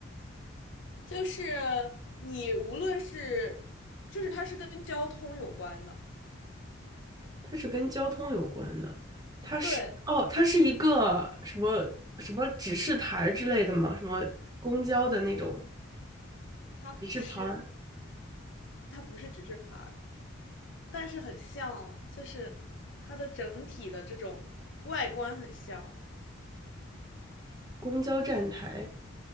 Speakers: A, on the left; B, on the right.
A: 就是你无论是，就是它是跟交通有关的，
B: 它是跟交通有关的，它是哦，
A: 对，
B: 它是一个什么什么指示牌儿之类的吗？什么公交的那种
A: 它不是，
B: 指示牌儿，
A: 它不是指示牌儿，但是很像了，就是它的整体的这种外观很像了。
B: 公交站台